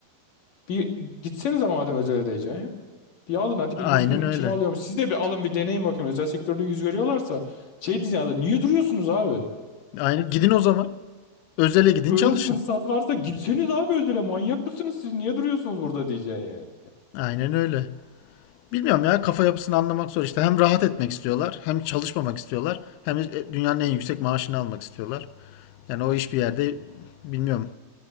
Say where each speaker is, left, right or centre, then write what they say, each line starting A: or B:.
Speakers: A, on the left; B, on the left.
A: Bir gitsenize madem özele diyeceksin Bir alın hadi
B: Aynen
A: bir 100 bin
B: öyle.
A: kim alıyormuş? Siz de bir alın bir deneyin bakayım. Özel sektörde yüz veriyorlarsa şey diyeceğim ya niye duruyorsunuz abi?
B: Aynen. Gidin o zaman. Özele gidin
A: Böyle
B: çalışın.
A: fırsat varsa gitseniz abi özele manyak mısınız siz? Niye duruyorsunuz burada diyeceksin yani.
B: Aynen öyle. Bilmiyorum ya kafa yapısını anlamak zor işte. Hem rahat etmek istiyorlar, hem çalışmamak istiyorlar, hem de e, dünyanın en yüksek maaşını almak istiyorlar. Yani o iş bir yerde bilmiyorum.